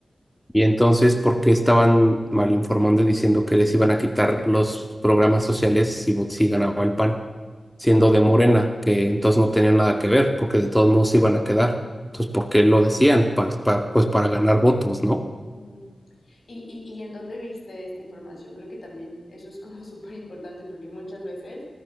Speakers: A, in the centre; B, on the left.
A: Y entonces, ¿por qué estaban mal informando y diciendo que les iban a quitar los programas sociales si, vo- si ganaba el PAN? siendo de Morena, que entonces no tenían nada que ver, porque de todos modos se iban a quedar. Entonces, ¿por qué lo decían? Pa- pa- pues para ganar votos, ¿no?
B: Ujú. ¿Y, y, y en dónde viste esta información? Creo que también eso es como <laughs> súper importante porque muchas veces